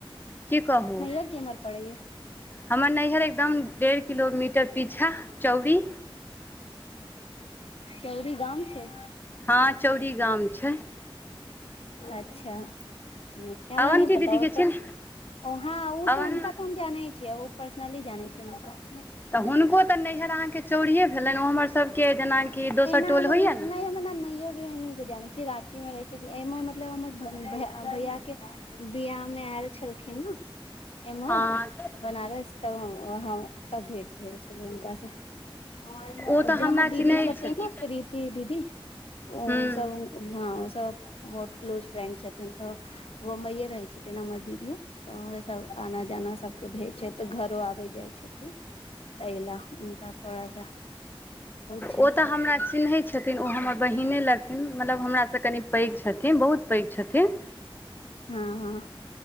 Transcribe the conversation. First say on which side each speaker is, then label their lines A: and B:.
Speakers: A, on the left (about 20°); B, on the left (about 85°).
A: की कहू।
B: <unintelligible> पड़ैैया।
A: हमर नैहर एकदम डेढ़ किलोमीटर पीछा चौरी।
B: चौरी गाम। छै
A: हँ चौरी गाम छैय।
B: अच्छा नीक छैय हमरा
A: अवन्ती
B: नहि पता
A: दीदीके
B: ओ तऽ
A: छै ने
B: वहाँ ओ
A: अवन
B: तऽ हुनका हम जानै छियै ओ पर्सनली जानै छियै हम हुनका।
A: तऽ हुनको तऽ नैहर अहाँके चोरिए भेलनि ओ हमरसभके जेनाकि दोसर
B: एना
A: टोल
B: <unintelligible>
A: होइए ने
B: कि जानै छी रांची मे रहै छैय कि एहिमे मतलब हमर भ भै भैया के बियाह मे आयल छलखिन ने। एमहर
A: हँ
B: बनारस तब हँ तब भेंट भेल छलै हुनका स। ओत
A: ओ तऽ हमरा
B: हमर दीदी
A: चिन्है
B: छते
A: छथिन
B: ने कृति दीदी ओ
A: हूँ
B: सभ हँ ओ सब बहुत क्लोज फ्रेंड छथिन तऽ बम्बइए रहै छथिन हमर दीदियो। तऽ उहे सभ आना जाना सभके भेज छैय तऽ घरो आबै जाइ छथिन। तहिला हुनका थोड़ा सा छै
A: ओ तऽ हमरा चिन्हैत छथिन ओ हमर बहिने लगथिन मतलब हमरास कनि पैघ छथिन बहुत पैघ छथिन।
B: हँ हँ